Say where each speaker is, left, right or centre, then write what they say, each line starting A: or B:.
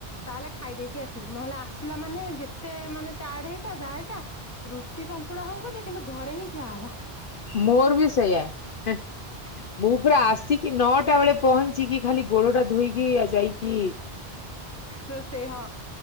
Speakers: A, on the left; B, on the left.
A: ତାହେଲେ ଖାଇଦେଇକି ଆସିବୁ ନହେଲେ ଆସିଲା ମାନେ ଯେତେ ମାନେ ଟାୟାର୍ଡ ହେଇଥା ଯାହା ହେଇଥା ରୁଟି ସନ୍ତୁଳା ହଉ ପଛେ କିନ୍ତୁ ଘରେହିଁ ଖିଆହବ।
B: ମୋରବି ସେଇୟା ହେ ମୁଁ ପୁରା ଆସି କି ନଅଟା ବେଳେ ପହଞ୍ଚିକି ଖାଲି ଗୋଡ ଟା ଧୋଇକି ଆଉ ଯାଇକି
A: ରୋଷେଇ ହଁ